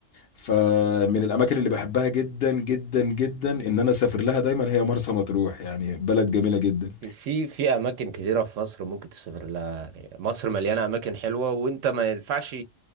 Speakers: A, on the left; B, on the right.
A: فمن الأماكن اللي بحبها جدا جدا جدا إن أنا أسافر لها دايما هي مرسى مطروح يعني بلد جميلة جدا
B: في في في اماكن كتيره في مصر ممكن تسافر لها يعني مصر مليانه اماكن حلوه وانت ما ينفعش